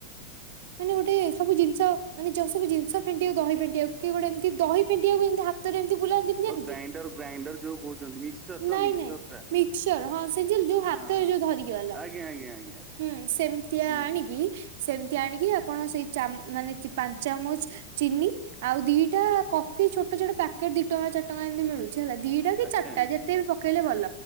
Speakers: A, on the right; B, on the right.
A: ମାନେ ଗୋଟେ ସ୍ ଯୋ ମାନେ ଯୋଉ ସବୁ ଜିନ୍ଷ ଫେଣ୍ଟିଆକୁ ଦହି ଫେଣ୍ଟିଆକୁ କି ଗୋଟେ ଏମ୍ତି ଦହି ଫେଣ୍ଟିଆକୁ ଯେମିତି ହାତରେ ଏମ୍ତି ବୁଲା ନ୍ତିନି ଯେମ୍ତି
B: ଓ ଗ୍ରାଇଣ୍ଡର ଗ୍ରାଇଣ୍ଡର ଯୋଉ କହୁଛନ୍ତି ମିକ୍ସଚର ତ
A: ନାଇଁ
B: ମିକ୍ସଚର
A: ନାଇଁ
B: ଟା
A: ମିକ୍ସଚର୍ ହଁ ସେଇ ଯୋଉ ଯୋଉ ହାତରେ
B: ହଁ ହଁ।
A: ଯୋଉ ଧରିକି। କିହଲା
B: ଆଜ୍ଞା ଆଜ୍ଞା ଆଜ୍ଞା
A: ହୁ ସେମ୍ତିଆ
B: ହୁଁ
A: ଆଣିକି
B: ହୁଁ
A: ସେମ୍ତି ଆଣିକି ଆପଣ ସେଇ ଚାମ୍ ମାନେ ଚି ପାଞ୍ଚ୍ ଚାମଚ୍। ଚିନି ଆଉ ଦିଟା କଫି ଛୋଟ ଛୋଟ ପ୍ୟାକେଟ୍ ଦି ଟଙ୍କା ଚାର୍ ଟଙ୍କା ଏମ୍ତି ମିଳୁଛି ହେଲା ଦି ଦି ଟା କି
B: ଆଜ୍ଞା
A: ଚାର୍ଟା
B: ଆଜ୍ଞା
A: ଯେତେ ବି ପକେଇଲେ ଭଲ